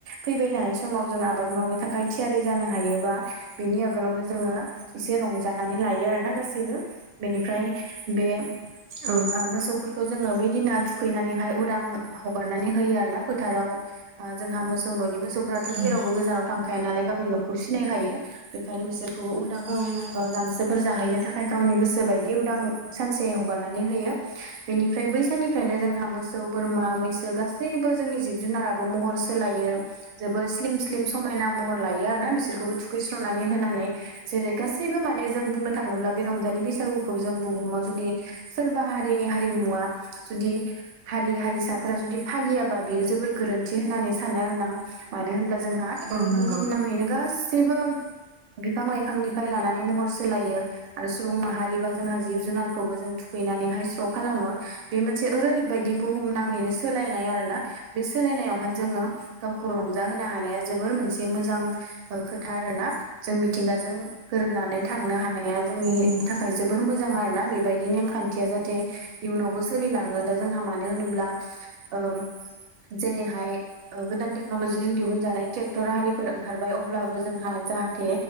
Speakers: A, on the right (about 65°); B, on the right (about 80°).
A: फैबाय थानाय समाव जों आबाद मावनो थाखाय थियारि जानो हायोबा बिनि आगोलावनो जोङो एसे रंजानानै लायो आरोना गासैबो बेनिफ्राय बे
B: औ
A: ओ मोसौफोरखौ जोङो बैदिना थुखैनानैहाय उदां हगारनानै होयो आरो ना फोथाराव ओ जोंहा मोसौ न'नि मोसौफोराथ'
B: औ
A: जेरावबो गोजानाव थांखाया नालाय गावनि न'खौ सिनायनो हायो बेखायनो बिसोरखौबो उदां
B: औ नंगौ
A: ओ गांसोफोर जाहैनो थाखाय गावनि गोसो बायदि उदां सानसे हगारनानै होयो। बेनिफ्राय बै साननिफ्रायनो जोंहा मोसौ बोरमा मैसो गासैबो जोंनि जिब जुनाराबो महर सोलायो जोबोर स्लिम स्लिम समायना महर लायो आरो ना बिसोरखौबो थुखैस्रनानै होनानै जेरै गासैबो माने जों बुंनो थाङोब्ला बे रंजालि बैसागुखौ जों बुहुमाव जुदि सोरबा हारि हारिमुवा जुदि हारि-हारिसाफोरा जुदि फालियाबा बियो जोबोर गोरोन्थि होननानै सानो आरो ना मानो होनब्ला जोंहा
B: औ नंगौ
A: बुहुम नाङैनो गासैबो बिफां-लाइफांनिफ्राय लानानै महर सोलायो आरो सुबुं माहारिबा जोंहा जिब-जुनारखौबो जों थुखैनानैहाय स्र' खालामो बे मोनसे ओरैबायदि बुहुमाङैनो सोलायनाय आरो ना बे सोलायनायावहाय जोङो गावखौ रंजाहोनो हानाया जोबोर मोनसे मोजां ओ खोथा आरोना। जों मिथिंगाजों गोरोबनानै थांनो हानाया जोंनि
B: औ नंगौ
A: थाखाय जोबोर मोजां आरोना बेबायदि नेमखान्थिया जाहाथे इयुनावबो सोलिलाङो दा जोंहा मानो होनोब्ला ओ जेरैहाय गोदान टेक्न'लजिजों दिहुनजानाय ट्रेक्टर आरिफोर ओंखारबाय अब्लाबो जोंहा जाहाथे